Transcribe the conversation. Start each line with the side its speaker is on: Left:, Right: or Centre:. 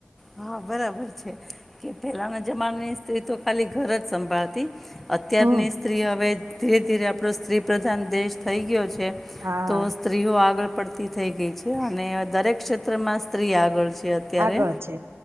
Centre: હા બરાબર છે કે પેલાના જમાના ની સ્ત્રી તો ખાલી ઘર જ સંભાળતી. અત્યારની
Right: હમ
Centre: સ્ત્રી હવે. ધીરે ધીરે આપડો સ્ત્રી પ્રધાન દેશ થઈ ગયો છે.
Right: આ
Centre: તો સ્ત્રીઓ આગળ પડતી થઈ ગઈ છે. અને દરેક ક્ષેત્રમાં સ્ત્રી આગળ છે. અત્યારે
Right: આગળ છે